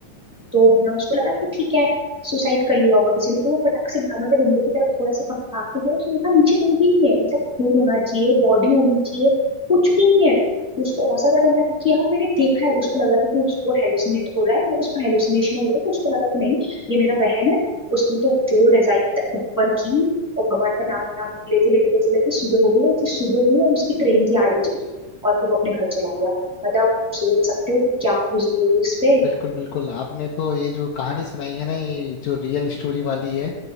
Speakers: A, in the centre; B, on the left (about 70°).
A: तो है ना उसको लगा कि ठीक है सुसाइड कर लिया होगा किसी ने तो वो फटक से भागा, मतलब विंडो की तरफ थोड़ा सा भागते थे उसने देखा नीचे कहीं भी नहीं है मतलब खून होना चाहिए बॉडी होनी चाहिए कुछ भी नहीं है तो उसको ऐसा था डर लगा कि यार मैंने देखा है उसको लग रहा था कि उसको हेलुसिनेट हो रहा है मतलब उसको हेलुसिनेशन हो रहा है तो उसको लगा कि नहीं ये मेरा वहम है उसने तो जो रजाई ऊपर की और भगवान का नाम नाम लेते लेते लेते लेते सुबह हो गई और फिर सुबह हुई और उसकी ट्रेन थी आठ बजे की और फिर वो अपने घर चला गया मतलब सोच सकते हो कि क्या गुजरी होगी उस पे
B: बिल्कुल बिल्कुल आपने तो ये जो कहानी सुनाई है ना ये जो रियल स्टोरी वाली है